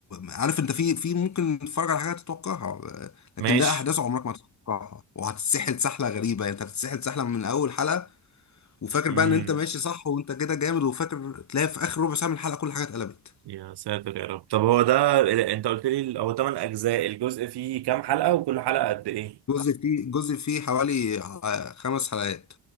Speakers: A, on the left; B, on the right.
A: عارف انت في في ممكن تتفرج على حاجه تتوقعها أه، لكن
B: ماشي
A: ده احداثه عمرك ما تتوقعها وهتتسحل سحله غريبه يعني انت هتتسحل سحله من اول حلقه وفاكر
B: امم
A: بقى ان انت ماشي صح وانت كده جامد وفاكر تلاقي في اخر ربع ساعه من الحلقه كل حاجه اتقلبت
B: يا ساتر يا رب طب هو ده انت قلت لي هو 8 اجزاء الجزء فيه كام حلقه وكل حلقه قد ايه
A: جزء فيه جزء فيه حوالي آه، خمس حلقات